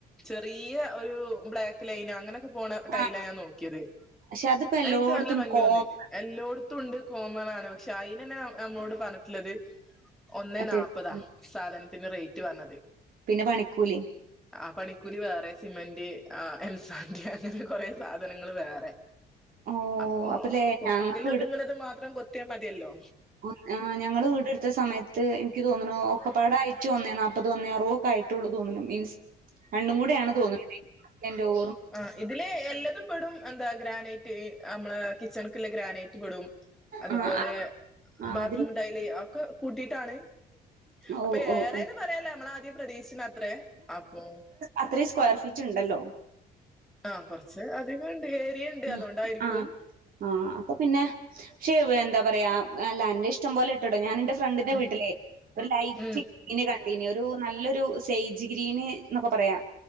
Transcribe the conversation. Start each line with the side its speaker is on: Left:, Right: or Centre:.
Centre: ചെറിയ ഒരു ബ്ലാക്ക് ക്ക്ലൈനാ അങ്ങനെക്കെ പോണ ടൈലാ
Right: ആഹ്
Centre: ഞാൻ നോക്കിയത്
Right: പക്ഷെ അതിപ്പോ എല്ലോടത്തും
Centre: അഹ് ഇൻക്ക് നല്ല ഭംഗിയോന്നേ
Right: കോമൺ
Centre: എല്ലോട്ത്തുണ്ട് കോമൺ ആണ് പക്ഷെ അയിനന്നെ ഞമ്മളോട് പറഞ് ട്ടുള്ളത് ഒന്നേ
Right: അത്യാവശ്യം
Centre: നാല്പ്പതാ സാധനത്തിന് റേറ്റ് പറഞ്ഞത്
Right: പിന്നെ പണിക്കൂലി
Centre: ആഹ് പണിക്കൂലി വേറെ സിമന്റ് ആഹ് എംസാഡ് അങ്ങനെ കുറെ സാധനങ്ങൾ വേറെ
Right: ഓ
Centre: അപ്പൊ
Right: അപ്പല്ലേ
Centre: കൊക്കിൽ
Right: ഞങ്ങള്
Centre: ഒതുങ്ണത് മാത്രം കൊത്തിയാ മതിയല്ലോ
Right: ഒഹ് ആഹ് ഞങ്ങള് വീടെടുത്ത സമയത്ത് എനിക്ക് തോന്നുണു ഓക്കപ്പാടായി റ്റ് ഒന്നേ നാപ്പത് ഒന്നേ അറു ഒക്കെ ആയിട്ടുള്ളൂ തോന്നുന്നു മീൻസ് അണ്ണും കൂടിയാണ് തോന്നുന്നത് കെന്റെ ഓ
Centre: ആഹ് ഇതില് എല്ലതും പെടും എന്താ ഗ്രാനൈറ്റ് നമ്മളെ കിച്ചൺക്ള്ള ഗ്രാനൈ പെടും അതുപോലെ
Right: ആ ആ
Centre: ബാത്റൂം
Right: അതിന്
Centre: ടൈല് അഒക്കെ കൂട്ടിയിട്ടാണ്
Right: ഓ
Centre: അപ്പൊ
Right: ഓ
Centre: ഏറെന്ന്
Right: ഓ
Centre: പറയാലേ നമ്മള ആദ്യം പ്രതീക്ഷന് അത്രേ അപ്പൊ
Right: അത്രീ സ്ക്വയർ ഫീറ്റ് ണ്ടല്ലോ
Centre: ആഹ് കൊർച്ച് അധികണ്ട് ഏരിയ ഇണ്ട്
Right: അഹ്
Centre: അതുകൊണ്ടായിരിക്കും
Right: ആഹ് ആഹ് അപ്പൊ പിന്നെ പക്ഷേ എന്താ പറയാ എല്ല അന്റെ ഇഷ്ടം പോലെ കേട്ടോ ഞാൻ എന്റെ ഫ്രണ്ടിന്റെ
Centre: ഉം
Right: വീട്ടിലെ ഒരു ലൈറ്റ്
Centre: ഉം
Right: ഇന് കണ്ടീനി ഒരു നല്ലൊരു സെയ്ജ് ഗ്രീന് ന്നൊക്കെ പറയാ